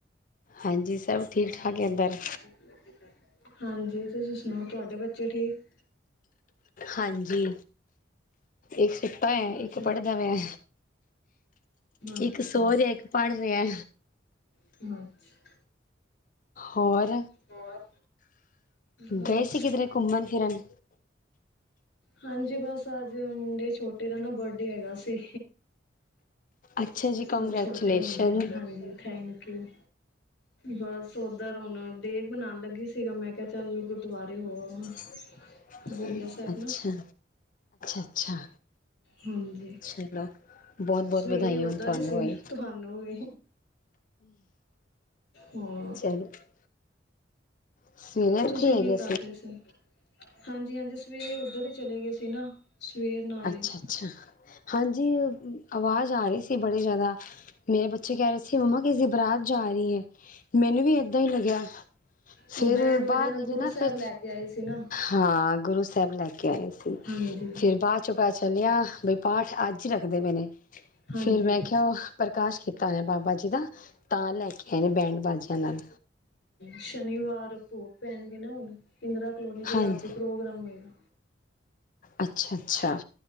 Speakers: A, on the left; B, on the left.
A: ਹਾਂਜੀ। ਸਭ ਠੀਕ -ਠਾਕ ਏ ਇਧਰ
B: ਹੇ ੲਏ <unintelligible> ਹਾਂਜੀ। ਤੁਸੀਂ ਸੁਣਾਓ ਤੁਹਾਡੇ ਬੱਚੇ ਠੀਕ।
A: ਹਾਂਜੀ। ਇੱਕ ਸੁੱਤਾ ਹੋਇਆ।
B: ਅੱਛਾ
A: ਇੱਕ ਪੜ੍ਹਦਾ ਪਿਆ।
B: ਅੱਛਾ
A: ਇੱਕ ਸੋ ਰਿਹਾ। ਇੱਕ ਪੜ੍ਹ ਰਿਹਾ।
B: ਅੱਛਾ।
A: ਹੋਰ
B: ਹੋਰ, ਬਸ
A: ਗਏ ਸੀ ਕਿਧਰੇ ਘੁੰਮਣ ਫਿਰਨ
B: ਹਾਂਜੀ ਬਸ ਅੱਜ ਮੁੰਡੇ ਛੋਟੇ ਦਾ ਨਾ ਬਰਡੇ ਹੈਗਾ ਸੀ।
A: ਅੱਛਾ ਜੀ ਕੰਗ੍ਰੈਚੂਲੇਸ਼ਨ
B: ਉਹ ਛੋਟੇ ਮੁੰਡੇ ਦਾ, ਹਾਂਜੀ। Thank you. ਬਸ ਉਧਰ ਹੁਣ ਡੇ ਬਣਾਉਣ ਲੱਗੀ ਸੀਗਾ। ਮੈਂ ਕਿਹਾ ਚੱਲ ਗੁਰਦੁਆਰੇ ਹੋ ਆਵਾਂ।
A: ਅੱਛਾ-
B: ਬੁੜੀਆ ਸਾਹਿਬ
A: ਅੱਛਾ
B: ਨਾ
A: -ਅੱਛਾ
B: ਹਾਂਜੀ
A: ਚਲੋ। ਬਹੁਤ- ਬਹੁਤ
B: ਸਵੇਰੇ
A: ਵਧਾਈਆਂ
B: ਉੱਧਰ
A: ਹੋਣ। ਤੁਹਾਨੂੰ
B: ਸੀ,
A: ਬਈ
B: ਤੁਹਾਨੂੰ ਵੀ, ਹਾਂ।
A: <unintelligible> ਸਵੇਰੇ ਇੱਥੇ
B: ਤੁਸੀਂ ਕੀ
A: ਹੈਗੇ
B: ਕਰ ਰਹੇ ਸੀ? ਹਾਂਜੀ-ਹਾਂਜੀ, ਸਵੇਰੇ ਉੱਧਰ ਹੀ ਚਲੇ ਗਏ ਸੀ ਨਾ, ਸਵੇਰ ਨਾਲ
A: ਅੱਛਾ-ਅੱਛਾ,
B: ਹੀ
A: ਹਾਂਜੀ, ਆਵਾਜ਼ ਆ ਰਹੀ ਸੀ ਬੜੀ ਜ਼ਿਆਦਾ। ਮੇਰੇ ਬੱਚੇ ਕਹਿ ਰਹੇ ਸੀ, ਮੰਮਾ ਕਿਸੇ ਦੀ ਬਰਾਤ ਜਾ ਰਹੀ ਐ, ਮੈਨੂੰ ਵੀ ਏਦਾਂ ਹੀ ਲੱਗਿਆ। ਫੇਰ
B: ਉਹ ਬੈਂਡ ਵਾਜਾ
A: ਬਾਅਦ
B: ਨਾਲ ਗੁਰੂ
A: ਨਾ
B: ਸਾਹਿਬ
A: ਫਿਰ,
B: ਲੈ ਕੇ ਆਏ ਸੀ ਨਾ
A: ਹਾਂ ਗੁਰੂ ਸਾਹਿਬ ਲੈ ਕੇ ਆਏ ਸੀ,
B: ਹਾਂਜੀ।
A: ਫਿਰ ਬਾਅਦ ਚੁ ਪਤਾ ਚੱਲਿਆ ਕੀ ਬਈ ਪਾਠ ਅੱਜ ਹੀ ਰੱਖਦੇ ਪਏ ਨੇ।
B: ਹਾਂਜੀ-ਹਾਂਜੀ-ਹਾਂਜੀ
A: ਫੇਰ ਮੈਂ ਕਿਹਾ, ਪ੍ਰਕਾਸ਼ ਕੀਤਾ ਹੋਇਆ ਬਾਬਾ ਜੀ ਦਾ। ਤਾਂ ਲੈ ਕੇ ਆਏ ਨੇ ਬੈਂਡ ਬਾਜ਼ਿਆਂ ਨਾਲ।
B: ਸ਼ਨੀਵਾਰ ਭੋਗ ਪੈਣਗੇ ਨਾ ਹੁਣ, ਇੰਦਰਾ ਕਲੋਨੀ ਫੇਰ
A: ਹਾਂਜੀ
B: ਰਾਤੀ ਪ੍ਰੋਗਰਾਮ ਹੋਏਗਾ।
A: ਅੱਛਾ ਅੱਛਾ